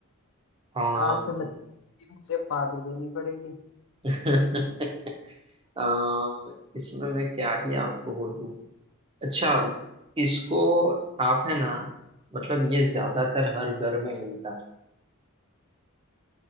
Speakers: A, on the right; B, on the left.
A: हाँ
B: आज तो लगता है मुझे पार्टी देनी पड़ेगी
A: <laughs> अ, इसमें मैं क्या ही आपको वो दूं अच्छा इसको आप है ना मतलब ये ज्यादातर हर घर में मिलता है